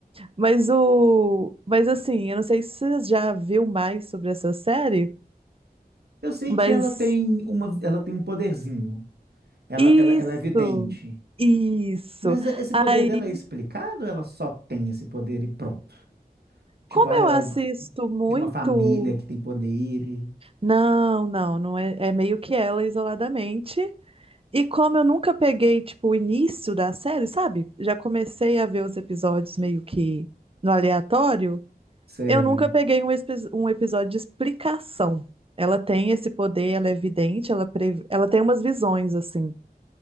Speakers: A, on the right (about 35°); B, on the right (about 85°).
A: Mas o, mas assim, eu não sei se você já viu mais sobre essa série.
B: Eu sei
A: Mas
B: que ela tem uma, ela tem um poderzinho. Ela,
A: Isso,
B: ela, ela é vidente.
A: isso.
B: Mas é, esse
A: Aí,
B: poder dela é explicado? ou Ela só tem esse poder e pronto. Tipo,
A: como
B: ah,
A: eu
B: ela
A: assisto
B: é
A: muito.
B: de uma família que tem poderes.
A: Não, não, não é, é meio que ela isoladamente. E como eu nunca peguei, tipo, o início da série, sabe? Já comecei a ver os episódios meio que no aleatório.
B: Sei.
A: Eu nunca peguei um, epi- um episódio de explicação. Ela tem esse poder, ela é vidente, ela, pre- ela tem umas visões, assim.